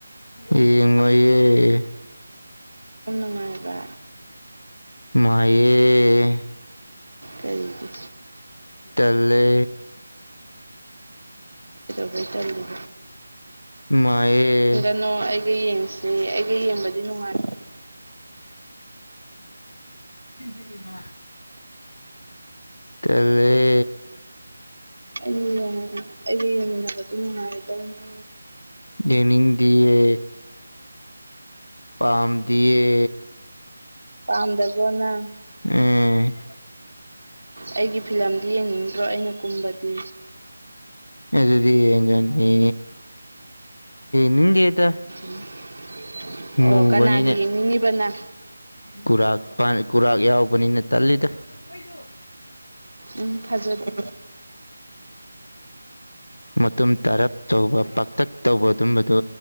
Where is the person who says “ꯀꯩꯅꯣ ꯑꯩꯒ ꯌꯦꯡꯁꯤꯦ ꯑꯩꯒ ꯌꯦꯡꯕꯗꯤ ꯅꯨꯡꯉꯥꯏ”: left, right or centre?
Right